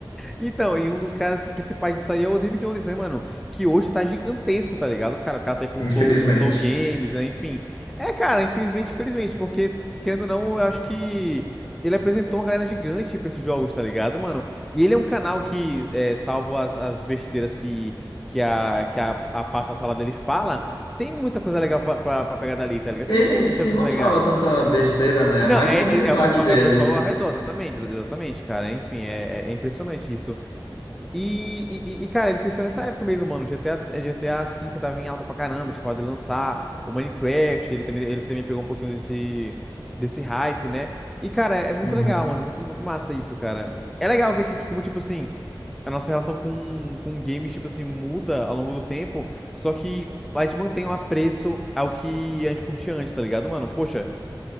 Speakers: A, in the centre; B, on the left (about 70°).
A: Então, e um dos caras principais disso aí é o David Jones, né, mano? Que hoje tá gigantesco, tá ligado? Cara, o cara tá aí com
B: <laughs> Infelizmente.
A: o Flow, o Flow Games, né? Enfim. É, cara, infelizmente, infelizmente, porque, se querendo ou não, eu acho que ele apresentou uma galera gigante pra esses jogos, tá ligado, mano? E ele é um canal que, é, salvo as, as besteiras que, que a, que a, a pata lá dele fala, tem muita coisa legal pra, pra, pra pegar dali, tá ligado?
B: Ele
A: Tem muitas
B: em si
A: interações
B: não
A: legais.
B: fala tanta besteira, né?
A: Não,
B: É mais
A: é,
B: comunidade
A: é, é o pessoal,
B: dele.
A: é o pessoal ao redor, exatamente, ex- exatamente, cara. Enfim, é, é- é impressionante isso. E, e, e, cara, ele cresceu nessa época mesmo, mano. GTA, eh, GTA V tava em alta pra caramba, tinha acabado de lançar. O Minecraft, ele também, ele também pegou um pouquinho desse, desse hype, né? E, cara, é é muito
B: Uhum.
A: legal, mano. Muito, muito massa isso, cara. É legal ver que, tipo, como, tipo assim, a nossa relação com, com games, tipo assim, muda ao longo do tempo, só que a gente mantém um apreço ao que a gente curtia antes, tá ligado, mano? Poxa.